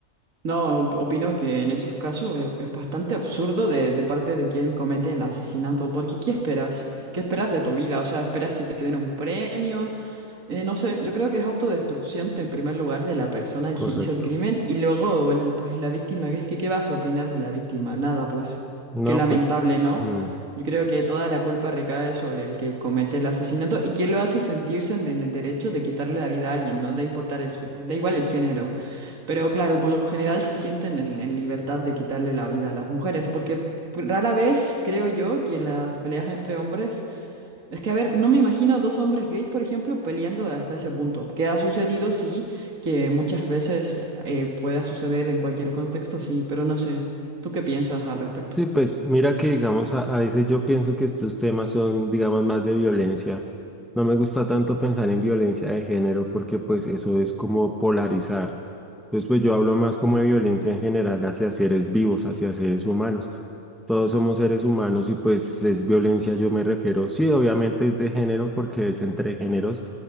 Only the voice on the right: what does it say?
No, op- opino que en esos casos es, es bastante absurdo de, de parte de quien comete el asesinato, porque ¿qué esperas? ¿Qué esperas de tu vida? O sea, ¿esperas que te den un premio? Eh, no sé, yo creo que es autodestrucción en primer lugar de la persona
que hizo el crimen y luego el- pues la víctima, que es que ¿qué vas a opinar de la víctima? Nada, pues
qué lamentable,
¿no?
Yo creo que toda la culpa recae sobre el que comete el asesinato y que lo hace sentirse en el derecho de quitarle la vida a alguien, ¿no? Da importar el, gé- da igual el género, pero claro, por lo general se sienten en, en libertad de quitarle la vida a las mujeres, porque pues, rara vez creo yo que las peleas entre hombres es que, a ver, no me imagino dos hombres gays, por ejemplo, peleando hasta ese punto. Que ha sucedido, sí, que muchas veces eh, pueda suceder en cualquier contexto, sí, pero no sé. ¿Tú qué piensas al respecto?